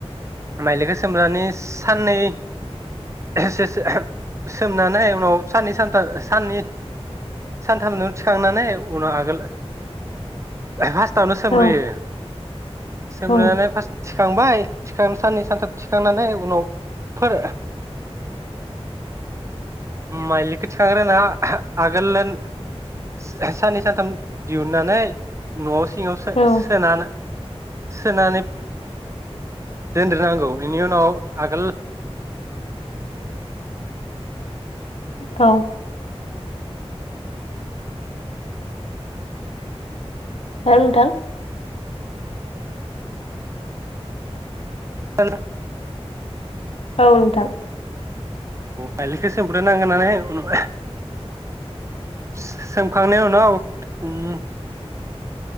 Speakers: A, on the right; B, on the left.
A: माइलिखौ सोमनानै साननै सो- सो सोमनानै उनाव साननै सानथाम साननै सानथामजों थिखांनानै उनाव आगोल फार्स्टावनो सोमग्रोयो
B: औ
A: सोमग्रोनानै
B: औ
A: फार्स्ट थिखांबाय थिखांनानै साननै सानथाम थिखांनानै उनावफोर माइलिखौ थिखांग्रोना आगोल साननै सानथाम दिहुननानै न'आव सिङावो सो-
B: औ
A: सोनानै सोनानै दोनग्रोनांगौ बेनि उनाव आगोल
B: औ हो नोंथां
A: <unintelligible>
B: औ नोंथां
A: माइलिखौ सोमग्रो नांगोन नालाय उनाव सोमखांनायनि उनाव ओम